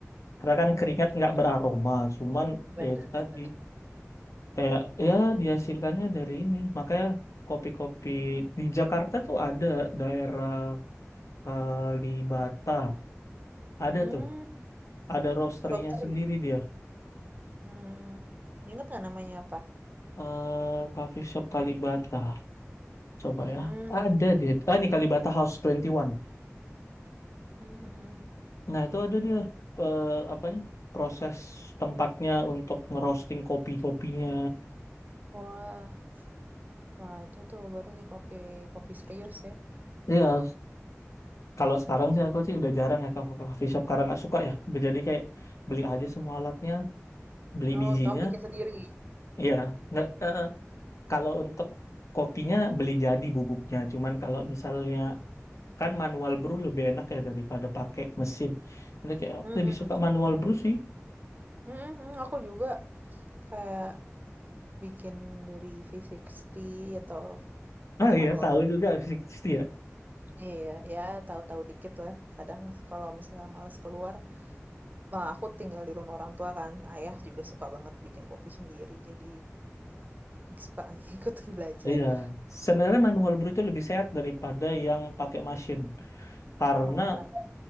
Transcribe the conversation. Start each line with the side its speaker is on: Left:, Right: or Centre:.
Left: Karena
Right: hmm,
Left: kan keringat nggak beraroma, cuman
Right: benar.
Left: ya itu tadi kayak
Right: Iya.
Left: ya dihasilkannya dari ini makanya kopi-kopi di Jakarta tuh ada daerah Kalibata ada
Right: Hmm,
Left: tuh ada roasterynya
Right: roastery.
Left: sendiri dia
Right: Hmm, ingat nggak namanya apa?
Left: eh coffee shop Kalibata coba
Right: Hmm.
Left: ya ada dia ah ini Kalibata House 21
Right: <laughs>
Left: nah itu ada dia eh, apanya proses tempatnya untuk ngerosting kopi-kopinya
Right: Wah, Wah, itu tuh baru nih kopi kopi serius ya.
Left: Iya, kalau sekarang sih aku sih udah jarang ya ke coffee shop karena nggak suka ya. Jadi kayak beli aja semua alatnya, beli
Right: Oh,
Left: bijinya,
Right: kamu bikin sendiri.
Left: Iya, nggak, eh, kalau untuk kopinya beli jadi bubuknya. Cuman kalau misalnya kan manual brew lebih enak ya daripada pakai mesin. Jadi kayak
Right: Mm-mm.
Left: lebih suka manual brew sih.
Right: Mm-mm, Aku juga kayak bikin dari V60 atau
Left: Ah
Right: itu
Left: iya,
Right: manual
Left: tahu
Right: brew.
Left: juga sih pasti ya.
Right: Iya, ya tahu-tahu dikit lah. Kadang kalau misalnya males keluar, wah aku tinggal di rumah orang tua kan. Ayah juga suka banget bikin kopi sendiri, jadi suka <laughs> ikut belajar.
Left: Iya, sebenarnya manual brew itu lebih sehat daripada yang pakai mesin karena
Right: Oh, kenapa?